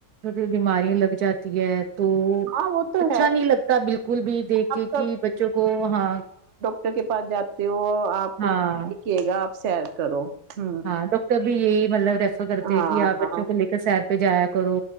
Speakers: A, on the right (about 70°); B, on the right (about 50°).
A: بھی بیماریاں لگ جاتی ہے تو
B: ہاں وہ تو
A: اچھا
B: ہے
A: نہیں لگتا بالکل بھی دیکھ کے
B: آپ
A: کہ بچوں کو ہاں
B: ٹر کے پاس جاتے ہو آپ کو
A: ہاں
B: لے گا آپ سیر کرو ہ
A: ہاں ڈاکٹر بھی یہی مطلب ریفر کرتے ہیں
B: ہاں
A: کہ آ بچوں
B: ہاں
A: کو لے سیر پہ جایا کرو